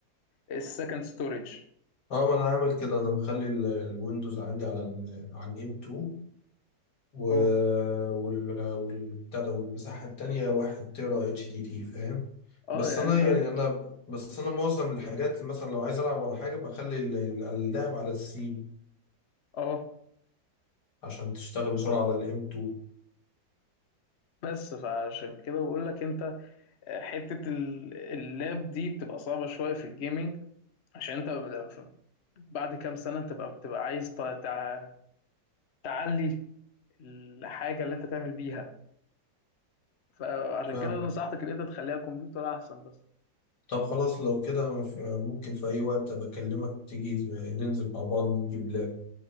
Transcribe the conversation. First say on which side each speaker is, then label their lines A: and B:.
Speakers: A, on the left; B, on the left.
A: السكند ستورج
B: اه ما انا عامل كده انا مخلي ال- الويندوز عندي على ال على الام 2 و
A: اه
B: وال والبتاع ده والمساحه التانيه 1 تيرا اتش دي دي فاهم
A: اه
B: بس
A: يعني
B: انا
A: انت
B: يعني انا ب- بس انا معظم الحاجات مثلا لو عايز العب على حاجه بخلي ال- ال- اللعب على السي
A: اه
B: عشان تشتغل بسرعه على الام 2
A: بس فعشان كده بقول لك انت آه، حتة ال- اللاب دي بتبقى صعبة شوية في الجيمنج عشان انت ف- بعد كام سنة انت بقى بتبقى عايز ت- تع- تعلي الحاجة اللي انت تعمل بيها فعشان
B: فاهم
A: كده نصحتك ان انت تخليها كمبيوتر احسن بس
B: طب خلاص لو كده مف- ممكن في اي وقت بكلمك تيجي ننزل مع بعض نجيب لاب